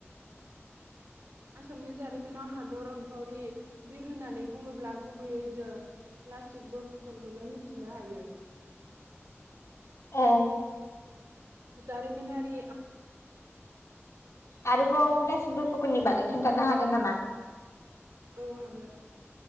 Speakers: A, on the right; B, on the left.
A: आसामनि जारिमिनाव हादर अनफावरि बिर होननानै बुङोब्ला गुबैयै जों लासित बरफुखोनखौनो मिथिनो हायो।
B: औ
A: जारिमिनारि
B: आरोबाव लासिद फुकननि बागै खिन्थानो हागोन नामा?
A: औ हागोन